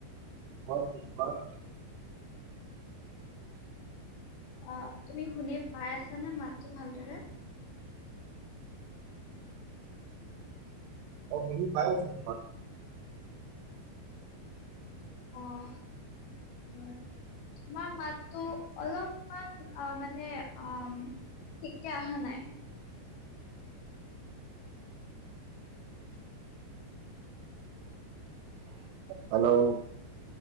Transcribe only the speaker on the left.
অ', তুমি শুনি পাই আছা নে মাতটো ভালদৰে?
অ'। তোমাৰ মাতো অলপমান অ', মানে অ' ঠিক কে অহা নাই।